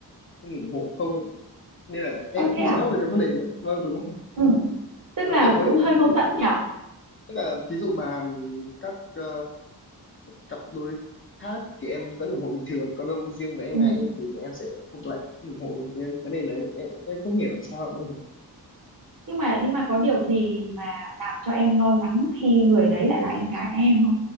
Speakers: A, on the left; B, on the right.
A: không ủng hộ không nên là
B: ơ,
A: em cũng
B: thế
A: không
B: à
A: rõ về cái vấn đề đấy vâng đúng không?
B: ừ tức
A: nó
B: là
A: kiểu hơi
B: cũng hơi mâu thuẫn nhở
A: Tức là ví dụ mà các ờ, cặp đôi khác thì em vẫn ủng hộ bình thường, còn đâu riêng với em
B: ừ
A: gái em thì em sẽ không lại ủng hộ với vấn đề đấy. Em em không hiểu tại sao lại như thế.
B: nhưng mà nhưng mà có điều gì mà làm cho em lo lắng khi người đấy lại là em gái em không